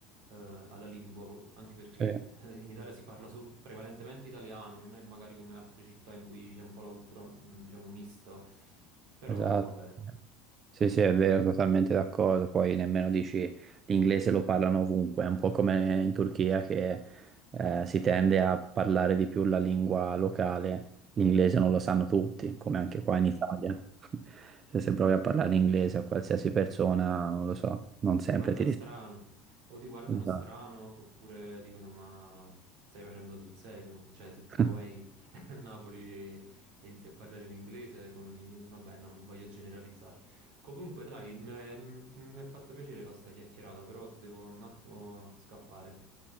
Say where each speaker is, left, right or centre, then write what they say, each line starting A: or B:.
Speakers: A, on the right (about 75°); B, on the right (about 30°).
A: eh, alla lingua, po- anche perché
B: Sì,
A: eh, in Italia si parla so- prevalentemente italiano, non è magari come altre città in cui c'è un po' la cultura, mm, diciamo, mista, però
B: esatto.
A: va bene.
B: Sì, sì, è vero, totalmente d'accordo. Poi nemmeno dici l'inglese lo parlano ovunque, è un po' come in Turchia che eh, si tende a parlare di più la lingua locale. L'inglese non lo sanno tutti, come anche qua in Italia. <laughs> Cioè, se provi a parlare inglese a qualsiasi persona, non lo so, non sempre
A: ti guarda
B: ti
A: strano, o ti guardano
B: risponde.
A: strano, oppure dicono: Ma stai facendo sul serio? Cioè, se tipo
B: <laughs>
A: vai <laughs> a Napoli e, e inizi a parlare in inglese con i... Vabbè, no, non voglio generalizzare. Comunque, dai, mi è fatto piacere fare sta chiacchierata, però devo un attimo scappare.